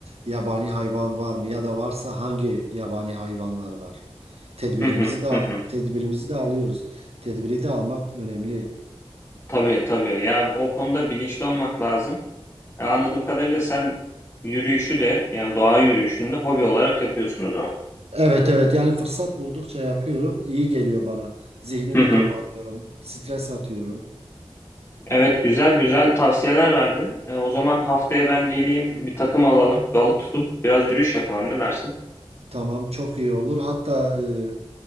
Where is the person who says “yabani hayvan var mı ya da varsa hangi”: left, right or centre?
Right